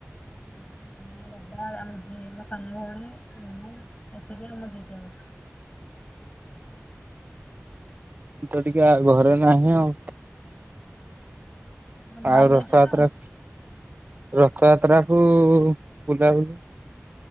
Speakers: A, on the left; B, on the right.
A: ଆମେ ନନା, ବାପା ଆମେ ଦି ମୋ ସାନ ଭଉଣୀ ମୁଁ ଏତିକି ଆଉ ମୋ ଜେ ଜେ ଆଉ।
B: ତ ଟିକେ ଆଉ ଘରେ ନାହିଁ ଆଉ।
A: ତମେ ବାହାରକୁ
B: ଆଉ ରଥଯାତ୍ରାକୁ
A: ଯାଇଛନ୍ତି ନା କଣ?
B: ରଥଯାତ୍ରା ହୁଁ ବୁଲାବୁଲି